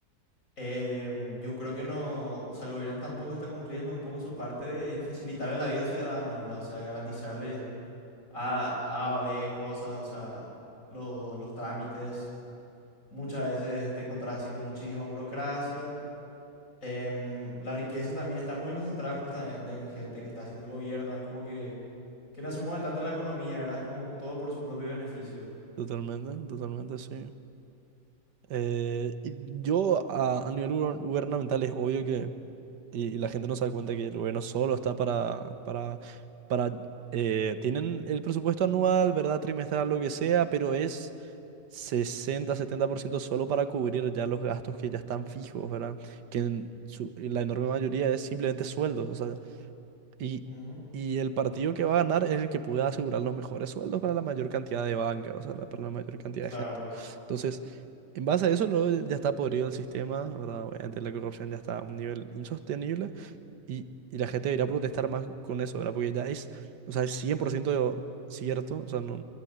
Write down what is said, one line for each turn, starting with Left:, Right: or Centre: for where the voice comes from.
Left: em, yo creo que no, o sea, el gobierno tampoco está cumpliendo un poco su parte de facilitarle la vida al ciudadano, ¿verdad? O sea, garantizarle A, A, B, cosas, o sea, lo- los trámites. Muchas veces te encontrás así con muchísima burocracia. em, la riqueza también está muy concentrada justamente en gente que está haciendo el gobierno. Es como que, que no se mueve tanto la economía, ¿verdad? Es como todo por su propio beneficio.
Right: Totalmente, totalmente, sí. Eh, y yo a, a nivel guber- gubernamental es obvio que Y, y la gente no se da cuenta que el gobierno solo está para, para, para, eh, tienen el presupuesto anual, ¿verdad? Trimestral, lo que sea, pero es sesenta setenta por ciento solo para cubrir ya los gastos que ya están fijos, ¿verdad? Que en su- la enorme mayoría es simplemente sueldos, o sea, y,
Left: Ujú,
Right: y el partido que va a ganar es el que pueda asegurar los mejores sueldos para la mayor cantidad de banca, o sea, la- para la mayor cantidad
Left: claro.
Right: de gente. Entonces, en base a eso, luego ya está podrido el sistema, ¿verdad? Obviamente
Left: Mm.
Right: la corrupción ya está a un nivel insostenible. Y, y la gente debería protestar más con eso, ¿verdad? Porque ya es, o sea, es 100% cierto, o sea, no,